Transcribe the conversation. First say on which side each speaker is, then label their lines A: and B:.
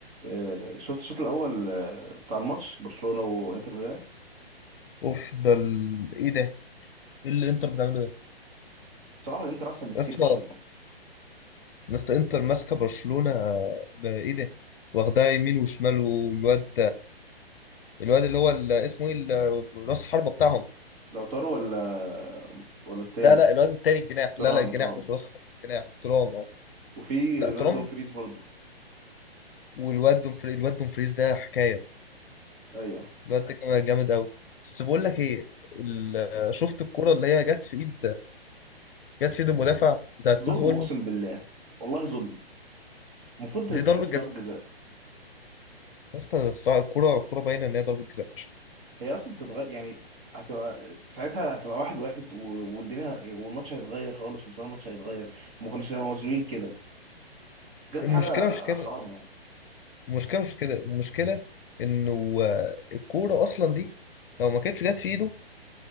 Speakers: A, on the right; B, on the left.
A: آه، شفت الشوط الاول آه، بتاع الماتش برشلونه وانتر ميلان
B: اوف ده ال... ايه ده ايه اللي انتر بتعمله ده
A: بصراحه الانتر احسن بكتير
B: اصلا
A: في الشوط ده
B: نفس انتر ماسكه برشلونه ب- ايه ده واخدها يمين وشمال والواد الواد اللي هو ال- اسمه ايه ال- راس الحربه بتاعهم
A: لو طاروا ولا ولا التاني
B: لا لا الواد التاني الجناح
A: ترام
B: لا لا الجناح
A: ترام
B: مش راس حربه الجناح ترام اه
A: وفي
B: لا
A: الواد
B: ترام
A: دومفريز برضه
B: والواد دومفري الواد دومفريز ده حكايه
A: ايوه
B: الواد ده كمان جامد قوي بس بقول لك ايه ال... شفت الكره اللي هي جت في ايد جت في ايد المدافع بتاعت كوره
A: ظلم
B: اولمو
A: اقسم بالله والله ظلم المفروض
B: دي
A: تتحسب
B: ضربه جزاء
A: ضربه جزاء
B: يا اسطى الصراحة الكره الكره باينه ان هي ضربه جزاء فشخ.
A: هي اصلا تتغير يعني هتبقى ساعتها هتبقى واحد واحد و- والدنيا والماتش هيتغير خالص مستوى الماتش هيتغير ما كناش نبقى مظلومين كده بجد
B: المشكله
A: حاجه
B: مش كده
A: حرام يعني
B: المشكله مش كده المشكله انه آه، الكوره اصلا دي لو ما كانتش جت في ايده